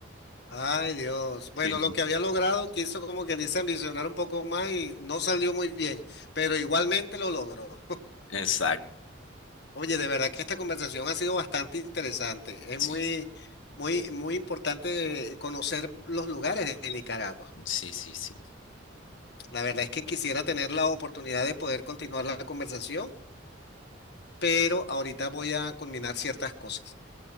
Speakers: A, on the left; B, on the left.
A: Ay, Dios. Bueno,
B: Sí.
A: lo
B: sí.
A: que había logrado quiso como quien dice ambicionar un poco más y no salió muy bien, pero igualmente lo logró.
B: Exacto.
A: <laughs> Oye, de verdad que esta conversación ha sido bastante interesante. Es
B: Sí,
A: muy, muy, muy importante conocer los lugares de Nicaragua.
B: sí, sí, sí.
A: La verdad es que quisiera tener la oportunidad de poder continuar la conversación, pero ahorita voy a culminar ciertas cosas.